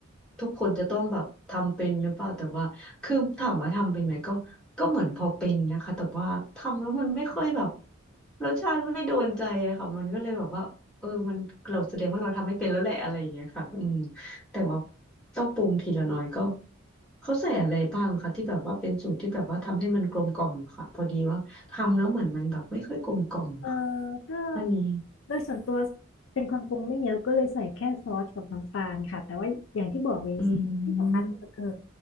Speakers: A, in the centre; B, on the left.
A: ทุกคนจะต้องแบบทำเป็นหรือเปล่าแต่ว่าคือถามว่าทำเป็นไหมก็ก็เหมือนพอเป็นนะคะแต่ว่าทำแล้วมันไม่ค่อยแบบรสชาติไม่โดนใจอะค่ะมันก็เลยแบบว่าเออมันเราแสดงว่าเราทำไม่เป็นแล้วแหละอะไรอย่างเงี้ยค่ะอืมแต่ว่าต้องปรุงทีละน้อยก็เขาใส่อะไรบ้างคะที่แบบว่าเป็นสูตรที่แบบว่าทำให้มันกลมกล่อมอะค่ะพอดีว่าทำแล้วเหมือนมันแบบไม่ค่อยกลมกล่อมอะค่ะ
B: เออก็
A: อันนี้
B: โดยส่วนตัวเป็นคนปรุงไม่เยอะก็เลยใส่แค่ซอสกับน้ำตาลค่ะแต่ว่าอย่างที่บอกเลยที่สำคัญที่สุดคือ
A: อืม